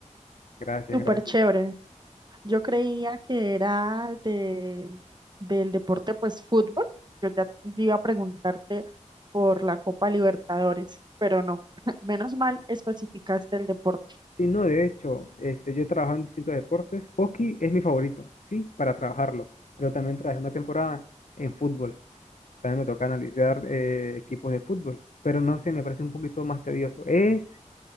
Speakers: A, on the left; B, on the right.
A: Gracias,
B: súper
A: gracias.
B: chévere. Yo creía que era de, del deporte, pues fútbol. Yo ya te iba a preguntarte por la Copa Libertadores, pero no. <laughs> Menos mal especificaste el deporte.
A: Sí, no, de hecho, este, yo he trabajado en distintos deportes. Hockey es mi favorito, sí, para trabajarlo. Pero también trabajé una temporada en fútbol. También me toca analizar eh, equipos de fútbol, pero no sé, me parece un poquito más tedioso. Es